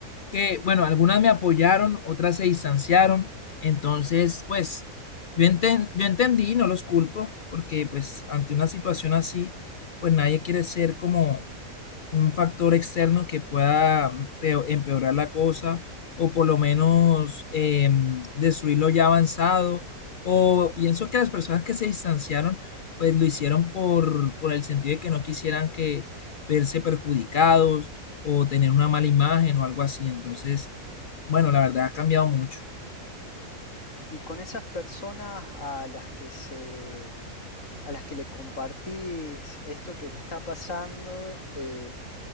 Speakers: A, on the left; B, on the left.
A: que bueno, algunas me apoyaron, otras se distanciaron, entonces, pues, yo enten- yo entendí, no los culpo, porque pues ante una situación así, pues nadie quiere ser como un factor externo que pueda peo- empeorar la cosa o por lo menos eh, destruir lo ya avanzado. O pienso que las personas que se distanciaron, pues lo hicieron por, por el sentido de que no quisieran que verse perjudicados o tener una mala imagen o algo así. Entonces, bueno, la verdad ha cambiado mucho.
B: Y con esas personas a las que se, a las que le compartís esto que te está pasando, eh,